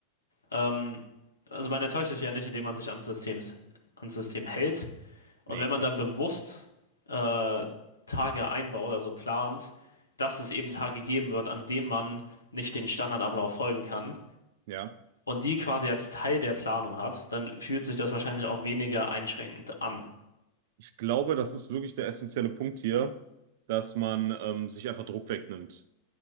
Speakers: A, on the left; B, on the right.
A: ähm, also man enttäuscht sich ja nicht, indem man sich am System, ans System hält. Und
B: nee,
A: wenn
B: Quatsch.
A: man dann bewusst äh, Tage einbaut, also plant, dass es eben Tage geben wird, an denen man nicht den Standardablauf folgen kann,
B: Ja.
A: und die quasi als Teil der Planung hat, dann fühlt sich das wahrscheinlich auch weniger einschränkend an.
B: Ich glaube, das ist wirklich der essentielle Punkt hier, dass man ähm, sich einfach Druck wegnimmt.